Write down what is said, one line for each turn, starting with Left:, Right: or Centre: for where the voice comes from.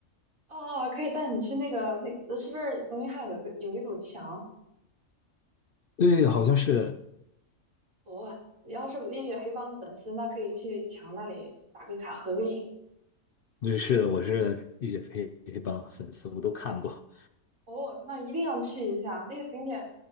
Right: 哦，哦，可以带你去那个那个是不是伯明翰有一个有一堵墙？
Left: 对，好像是，
Right: 哦，你要是浴血黑帮的粉丝，那可以去墙那里打个卡合个影。
Left: 就是，我是《浴血黑黑帮》粉丝，我都看过。
Right: 哦，那一定要去一下那个景点。